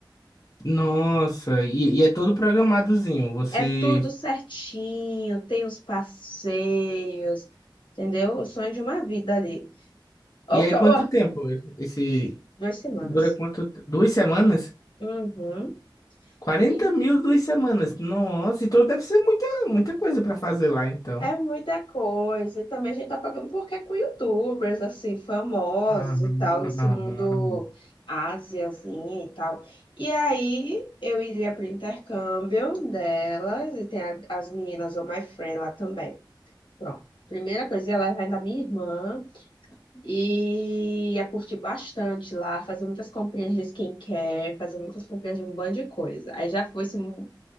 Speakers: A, on the left (about 45°); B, on the left (about 80°).
A: Nossa, e, e é todo programadozinho, você...
B: É tudo certinho, tem os passeios, entendeu? O sonho de uma vida ali. Ó,
A: E
B: que
A: aí,
B: ó,
A: quanto tempo esse...
B: duas semanas.
A: Dura quanto? Duas semanas?
B: Uhum.
A: Quarenta
B: E
A: mil duas semanas. Nossa, então deve ser muita, muita coisa para fazer lá, então.
B: é muita coisa. E também a gente tá pagando porque é com youtubers, assim, famosos
A: Uhum,
B: e tal, nesse
A: uhum.
B: mundo Ásia, assim, e tal. E aí eu iria pro intercâmbio delas, e tem a- as meninas, ou my friend lá também. Pronto. Primeira coisa, eu ia levar ainda a minha irmã. E ia curtir bastante lá, fazer muitas comprinhas de skincare, fazer muitas comprinhas de um bando de coisa. Aí já foi assim, um,